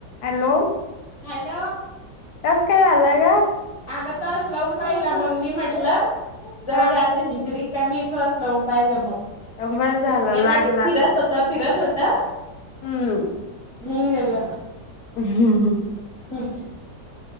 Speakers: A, on the left; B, on the left.
A: Hello
B: hello
A: कस काय झालंय का
B: अगं तच लवून पाहिला मग मी म्हटलं जाऊ
A: हा
B: द्या आता हिजरी कमी इथ असल पाहिलं मग
A: बर झालं
B: गेला
A: लागला
B: ते फिरत होता फिरत होता
A: हम्म
B: हंगेला
A: ह हम ह
B: हम्